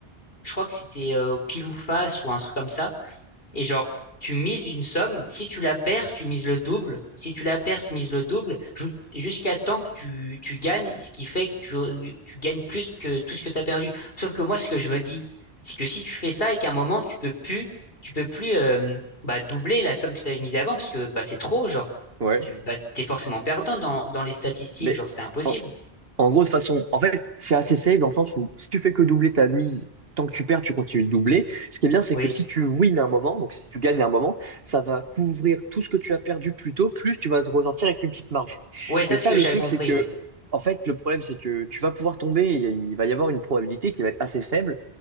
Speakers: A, on the left; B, on the right.
A: je crois que c'était euh, au pile ou face ou un truc comme ça. Et genre, tu mises une somme, si tu la perds, tu mises le double, si tu la perds, tu mises le double, ju- jusqu'à temps que tu, tu gagnes, ce qui fait que tu, tu gagnes plus que tout ce que tu as perdu. Sauf que moi, ce que je me dis, c'est que si tu fais ça et qu'à un moment, tu peux plus, tu peux plus euh, bah, doubler la somme que tu avais mise avant, parce que bah, c'est trop, genre,
B: Ouais.
A: tu bah, t'es forcément perdant dans, dans les statistiques,
B: Mais
A: genre, c'est impossible.
B: en, En gros, de façon, en fait, c'est assez safe dans le sens où si tu fais que doubler ta mise, tant que tu perds, tu continues de doubler. Ce qui est bien, c'est
A: Oui.
B: que si tu wins un moment, donc si tu gagnes un moment, ça va couvrir tout ce que tu as perdu plus tôt, plus tu vas te ressortir avec une petite marge.
A: Ouais, ça,
B: Mais
A: c'est
B: ça,
A: ce que
B: le
A: j'avais
B: truc,
A: compris,
B: c'est que,
A: oui.
B: en fait, le problème, c'est que tu vas pouvoir tomber, et il va y avoir une probabilité qui va être assez faible,